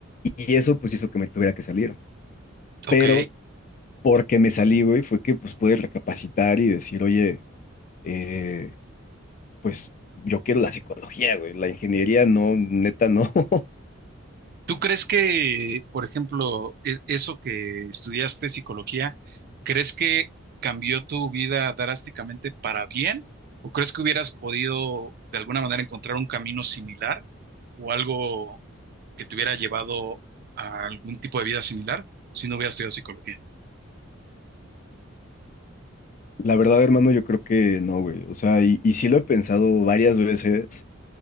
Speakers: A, on the left; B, on the right.
A: y eso pues hizo que me tuviera que salir.
B: Ok.
A: Pero porque me salí, güey, fue que pues pude recapacitar y decir, oye, eh, pues yo quiero la psicología, güey, la ingeniería no, neta no. <laughs>
B: ¿Tú crees que, por ejemplo, e- eso que estudiaste psicología, crees que cambió tu vida drásticamente para bien? ¿O crees que hubieras podido de alguna manera encontrar un camino similar o algo que te hubiera llevado a algún tipo de vida similar si no hubieras estudiado psicología?
A: La verdad, hermano, yo creo que no, güey. O sea, y, y sí lo he pensado varias veces.